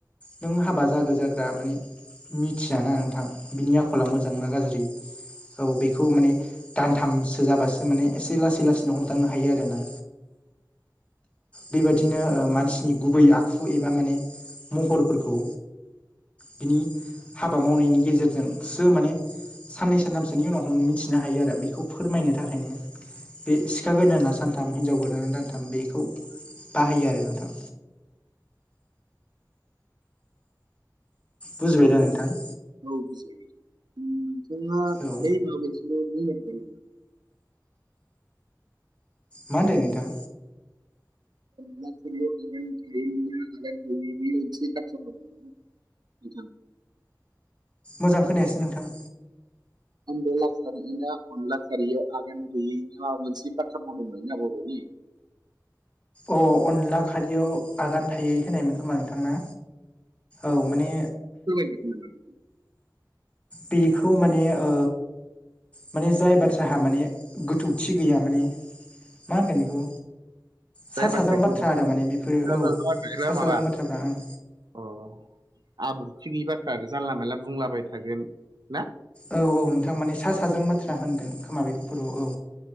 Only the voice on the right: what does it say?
औ बुजिबाय नोंथाङा
<unintelligible>
नो <unintelligible> <unintelligible>
आन्दलाखारिनो अनलाखारिया आगान गैयै मा मोनसे बाथ्रा बुंदोंमोन ना बर'नि
ज <unintelligible>
<unintelligible>
अ आब्रुथि गैयि बाथ्रा जानला मानला बुंलाबाय थागोन ना